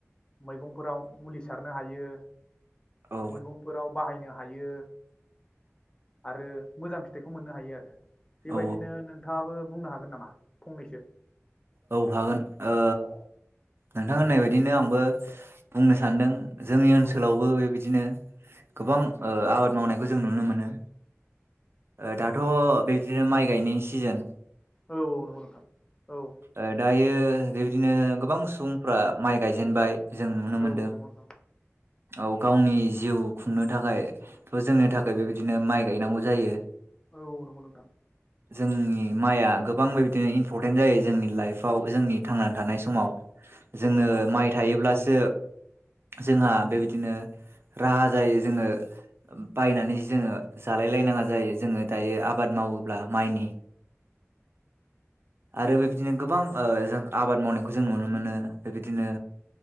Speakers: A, on the left; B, on the right.
A: मैगंफोराव मुलि सारनो हायो
B: औ
A: मैगंफोराव बाहायनो हायो आरो मोजां फिथाइखौ मोननो हायो आरो। बेबायदिनो
B: औ
A: नोंथाङाबो बुंनो हागोन नामा फंनैसो?
B: औ हागोन ओ
A: औ
B: नोंथां होननाय बायदिनो आंबो बुंनो सानदों जोंनि
A: औ
B: ओनसोलावबो बेबायदिनो गोबां ओ आबाद मावनायखौ जों नुनो मोनो ओ दाथ' बेदिनो माइ गायनायनि सिजेन।
A: औ औ नंगौ नोंथां औ।
B: ओ दायो बेबायदिनो गोबां सुबुंफ्रा माइ गायजेनबाय। जों नुनो मोनदों।
A: औ नंगौ नोंथां
B: औ गावनि जिउ खुंनो थाखायथ' जोंनि थाखाय बेबायदिनो माइ गायनांगौ जायो।
A: औ नोंगौ नोथां।
B: जोंनि माइआ गोबां बेबायदिनो इम्परटेन्ट जायो जोंनि लाइफआव जोंनि थांनानै थानाय समाव जोङो
A: औ नंगौ नोंथां
B: माइ थायोब्लासो जोंहा बेबायदिनो राहा जायो जोङो बायनानै जोङो जालाय लायनाङा जायो जोङो दायो आबाद मावोब्ला माइनि आरो बेबायदिनो गोबां ओ जों आबाद मावनायखौ जों नुनो मोनो बेबायदिनो